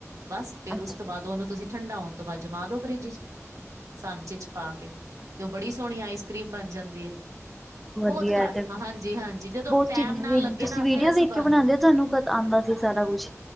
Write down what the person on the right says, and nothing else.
ਬਸ ਫਿਰ
ਉਸ ਤੋਂ ਬਾਅਦ ਉਹਨੂੰ ਤੁਸੀਂ ਠੰਡਾ ਹੋਣ ਤੋਂ ਬਾਅਦ ਜਮਾ ਦੋ ਫਰਿਜ 'ਚ। ਸਾਂਚੇ 'ਚ ਪਾ ਕੇ ਤੇ ਉਹ ਬੜੀ ਸੋਹਣੀ ਆਈਸ ਕਰ੍ਰੀਮ ਬਣ ਜਾਂਦੀ ਹੈ।
ਬਹੁਤ ਘਰ
ਹਾਂਜੀ ਹਾਂਜੀ ਜਦੋਂ
ਟੈਮ
ਨਾ ਲੱਗੇ
ਨਾ
ਫੇਰ ਅਸੀਂ
ਬ